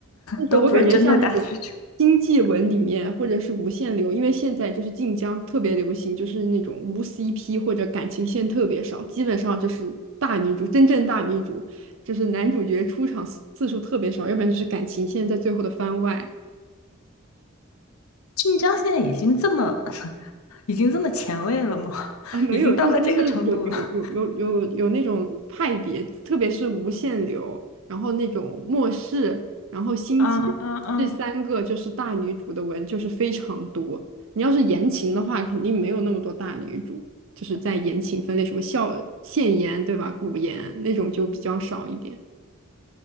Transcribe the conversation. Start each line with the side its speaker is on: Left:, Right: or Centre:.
Right: 但是我感觉像那种
Left: 都不是真的大那种。
Right: 经济文里面，或者是无限流，因为现在就是晋江特别流行，就是那种无 CP 或者感情线特别少，基本上就是大女主，真正大女主，就是男主角出场次次数特别少，要不然就是感情线在最后的番外。
Left: 晋江现在已经这么，<laughs> 已经这么前卫了吗？<laughs>
Right: 啊，没有，
Left: 已经到了这个程度了。
Right: 就是它是有有有有有有那种派别，特别是无限流，然后那种末世，然后星际
Left: 啊啊啊！
Right: 这三个就是大女主的文就是非常多。你要是言情的话，肯定没有那么多大女主，就是在言情分类，什么笑现言对吧，古言那种就比较少一点。